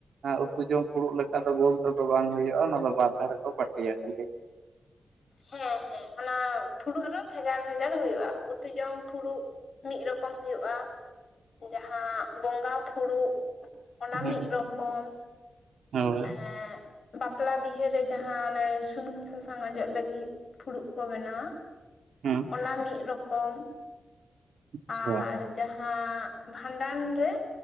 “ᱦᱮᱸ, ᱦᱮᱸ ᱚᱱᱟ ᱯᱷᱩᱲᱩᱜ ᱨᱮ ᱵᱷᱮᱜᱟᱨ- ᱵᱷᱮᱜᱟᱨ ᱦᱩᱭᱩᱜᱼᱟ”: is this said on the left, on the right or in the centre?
Left